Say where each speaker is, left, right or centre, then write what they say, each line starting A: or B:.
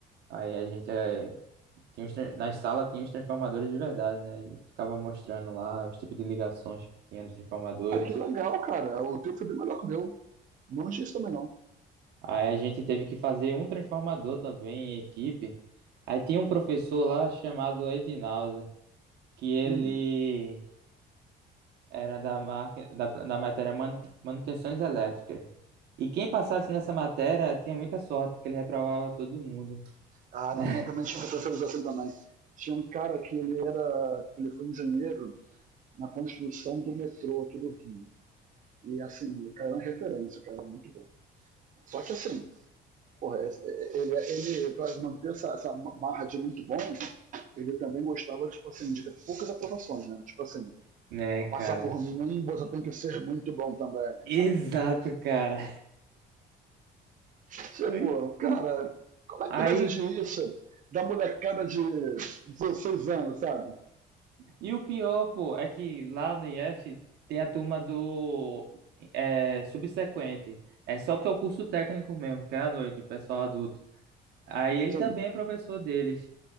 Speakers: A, on the right; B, on the right.
A: Aí a gente, eh, tinha os, tran- na sala tinha os transformadores de verdade, né? E ficava mostrando lá os tipos de ligações que tinha dos transformadores.
B: Ah, que legal, cara. O teu foi bem melhor que o meu. Não tinha isso também, não.
A: Aí a gente teve que fazer um transformador também em equipe. Aí tinha um professor lá chamado Edinaldo, que ele
B: Hum.
A: era da, máquina, da, da matéria man- manutenções elétricas. E quem passasse nessa matéria tinha muita sorte, porque ele reprovava todo mundo.
B: Ah,
A: <laughs>
B: na minha também tinha professores assim também. Tinha um cara que ele era. que ele foi engenheiro, na construção do metrô aqui do Rio. E assim, o cara era uma referência, o cara era muito bom. Só que assim, porra, é, é, ele, ele para manter essa, essa marra de muito bom, ele também gostava tipo assim, de ter poucas aprovações, né? Tipo assim,
A: Né,
B: para passar
A: cara?
B: por mim você tem que ser muito bom também,
A: Exato,
B: sabe?
A: cara.
B: Você,
A: <laughs>
B: pô cara, como é
A: Aí,
B: que tu vai exigir isso da molecada de 16 anos, sabe?
A: e o pior, pô, é que lá no IF tem a turma do é, subsequente. É só que é o curso técnico mesmo, que é à noite, o pessoal adulto. Aí ele
B: Sim,
A: também é professor deles.